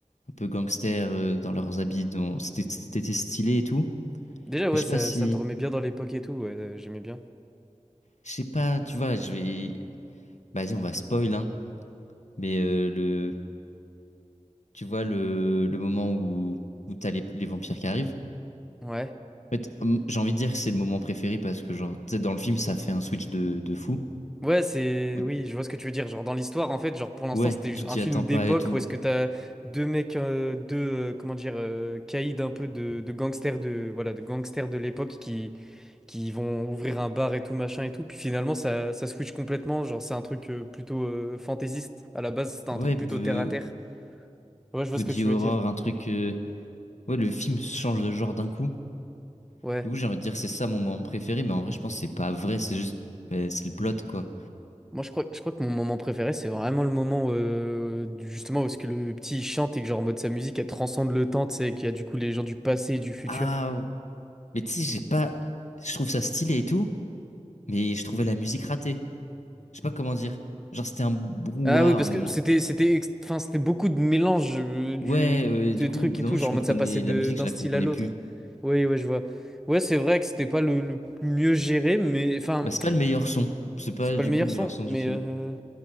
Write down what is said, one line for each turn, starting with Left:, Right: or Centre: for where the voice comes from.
Left: un peu gangsters euh, dans leurs habits. Dans... C'était c'était stylé et tout.
Centre: Déjà, ouais,
Left: Mais je sais
Centre: ça,
Left: pas si.
Centre: ça te remet bien dans l'époque et tout. ouais, euh, j'aimais bien.
Left: Je sais pas, tu vois, je vais. Bah, Vas-y, on va spoil, hein. Mais euh, le, tu vois le, le moment où, où t'as les, les vampires qui arrivent.
Centre: Ouais.
Left: En fait, hum, j'ai envie de dire que c'est le moment préféré parce que, genre, tu sais, dans le film, ça fait un switch de, de fou.
Centre: Ouais, c'est...
Left: Où-
Centre: Oui, je vois ce que tu veux dire. Genre, dans l'histoire, en fait, genre, pour l'instant,
Left: Ouais,
Centre: c'était juste
Left: tu t'y
Centre: un film
Left: attends pas
Centre: d'époque
Left: et tout.
Centre: où est-ce que t'as deux mecs, euh, deux, euh, comment dire, euh, caïds un peu de, de gangsters de... Voilà, de gangsters de l'époque qui, qui vont ouvrir un bar et tout, machin et tout. Puis finalement, ça, ça switch complètement. Genre, c'est un truc euh, plutôt euh, fantaisiste. À la base, c'était un
Left: Ouais,
Centre: truc
Left: Be-
Centre: plutôt terre-à-terre. Ouais, je vois
Left: Body
Centre: ce que tu
Left: Horror,
Centre: veux dire.
Left: un truc. euh, Ouais, le film change de genre d'un coup.
Centre: Ouais.
Left: Du coup, j'ai envie de dire que c'est ça mon moment préféré, mais en vrai, je pense que c'est pas vrai, c'est juste. euh, c'est le plot, quoi.
Centre: Moi, je crois, je crois que mon moment préféré, c'est vraiment le moment euh, du- justement où est-ce que le petit il chante et que genre en mode sa musique, elle transcende le temps, tu sais, et qu'il y a du coup les gens du passé et du futur.
Left: Ah, mais tu sais, j'ai pas. Je trouve ça stylé et tout, mais je trouvais la musique ratée. Je sais pas comment dire. Genre, c'était un brouhaha
Centre: Ah oui, parce
Left: à un moment.
Centre: que c'était c'était ex- enfin c'était beaucoup de mélange euh, du
Left: Ouais, euh, du
Centre: des
Left: coup,
Centre: trucs
Left: au bout
Centre: et
Left: d'un
Centre: tout,
Left: moment,
Centre: genre
Left: je comprenais
Centre: en mode ça passait de
Left: la musique,
Centre: d'un
Left: je la
Centre: style
Left: comprenais
Centre: à l'autre.
Left: plus.
Centre: Oui, ouais, je vois. Ouais, c'est vrai que c'était pas le, le mieux géré, mais enfin,
Left: Bah, c'est pas le meilleur son. C'est pas
Centre: c'est pas
Left: du
Centre: le meilleur
Left: coup le
Centre: son,
Left: meilleur son
Centre: mais
Left: du film.
Centre: euh,